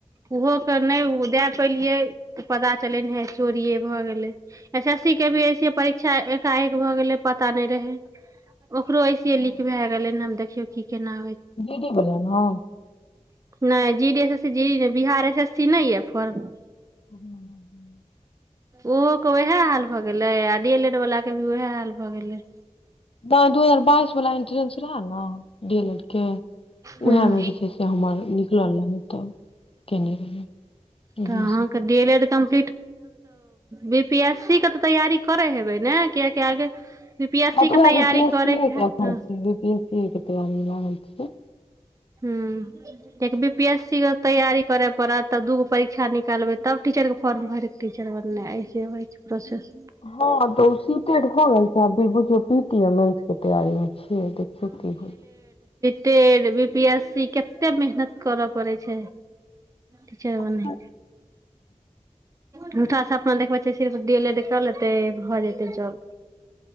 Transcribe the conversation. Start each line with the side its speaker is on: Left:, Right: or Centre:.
Right: उहो के नहि देय पलिये त पता चल ने हे चोरीेये भए गेले एस एस सी के भी ऐसिये परीक्षा एकाएक भए गेले पता नइ रहे ओकरो ऐसिये लिक
Left: हँ
Right: भए गेले हम आब देखियौ की केना
Left: जी डी बला न
Right: नइ G D S S G D नइ बिहार एस एस सी नइ य फर्म
Left: हँ हँ
Right: ओहो के उएह हाल भए गेलै आ डी एल एड वाला के भी उएह हाल भऽ गेलै
Left: ब दू हजार बाइस उ वला इन्ट्रेन्स रहे वेह न डी एल लेड के
Right: हूँ
Left: उएहमे जे छै से हमर निकलल रहै तऽ केने रही एडमिशन
Right: तऽ अहाँके डी एल एड तऽ बी पी एस सी के तैयारी करै हेबै न कियाकी आगे बी पी एस
Left: हँ
Right: सी
Left: तऽ
Right: के
Left: उहए
Right: तैयारी
Left: बी पी एस
Right: करैके
Left: सीये
Right: हैत
Left: के अखन
Right: ने
Left: बी पी एस सीके तैयारीमे ह
Right: हुं कियाकी बी पी एस सी के तैयारी करै पड़त तब दुगो परीक्षा निकालबै तब टीचरके फॉर्म भरिकऽ टीचर बनइ अइसे होइ छै प्रोसेस
Left: हँ तो सीटेड हो गेल छै अभी बुझु सीटमे तैयारीमे छियै देखियौ की होय छै
Right: टेड बी पी एस सी कते मेहनत करऽ पड़ै छै टीचर
Left: आख
Right: बनै झूठा सपना देखबै छै सिर्फ डी एल एड क लेतै भऽ जेतै जाॅब